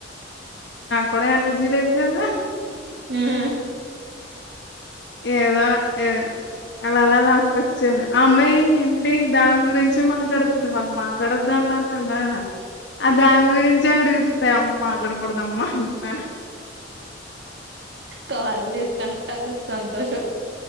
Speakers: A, on the left; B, on the right.
A: కూడా ఎనర్జీ లేదు కదా
B: ఆ
A: ఏదో ఏదొ అలాలాలాకొచ్ వచ్చేను అమ్మాయి ఏంటి దాని గురించి మాట్లాడుతుంది వాళ్ళు మాట్లాడొద్దు అన్నారు కదా ఆ దాని గురించే అడుగుతు ఏమ్మ మాట్లాడకూడదమ్మా నాన్న
B: కాల్ డిస్కనెక్ట్ అవ్వలేద్ సంతోషం